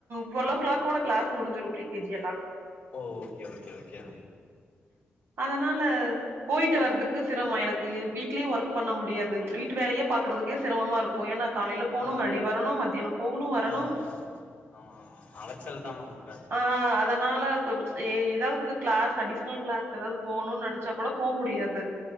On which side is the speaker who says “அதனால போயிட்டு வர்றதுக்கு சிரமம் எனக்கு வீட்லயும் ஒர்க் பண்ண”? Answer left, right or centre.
Right